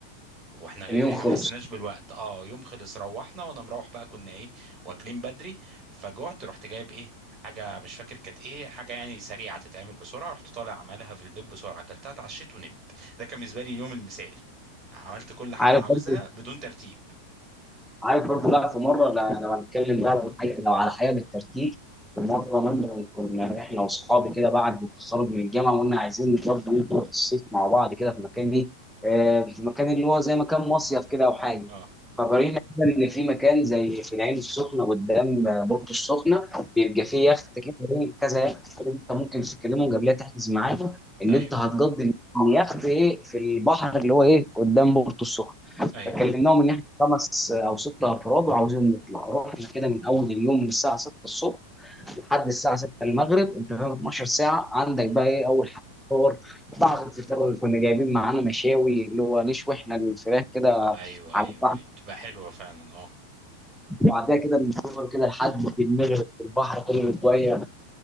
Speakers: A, on the right; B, in the centre.
A: واحنا
B: اليوم
A: احنا
B: خلص
A: ما حسيناش بالوقت اه يوم خلص روحنا وانا مروح بقى كنا ايه واكلين بدري فجعت رحت جايب ايه حاجه مش فاكر كانت ايه حاجه يعني سريعه تتعمل بسرعه رحت طالع عملها في البيت بسرعه اكلتها اتعشيت ونمت ده كان بالنسبه لي اليوم المثالي عملت كل حاجه
B: عارف
A: انا عاوزها
B: برضو
A: بدون ترتيب
B: عارف برضو لا في مره لا لو هنتكلم بقى عن حاجه لو على حاجه بالترتيب في مره مثلا كنا احنا واصحابي كده بعد التخرج من الجامعه وقلنا عايزين برضو نطلع في الصيف مع بعض كده في مكان ايه آه، في مكان اللي هو زي مكان مصيف كده او حاجه
A: اه
B: فقرينا كده ان في مكان زي في العين السخنه قدام آه، بورتو السخنه بيبقى فيه يخت كده إيه، كذا يخت كده انت ممكن تكلمهم قبلها تحجز معاهم ان
A: ايوه
B: انت هتقضي اليخت ايه في البحر اللي هو ايه قدام بورتو السخنه
A: ايوه
B: فكلمناهم ان احنا خمس او ستة افراد وعاوزين نطلع رحنا كده من اول اليوم من الساعه 6 الصبح لحد الساعه 6 المغرب انت فاهم 12 ساعه عندك
A: مم.
B: بقى ايه اول حاجه فطار بعد الفطار اللي كنا جايبين معانا مشاوي اللي هو نشوي احنا الفراخ كده
A: ايوه
B: على
A: ايوه
B: الفحم
A: ايوه تبقى حلوه فعلا اه
B: وبعدها كده بنتصور كده لحد في المغرب في البحر كل شويه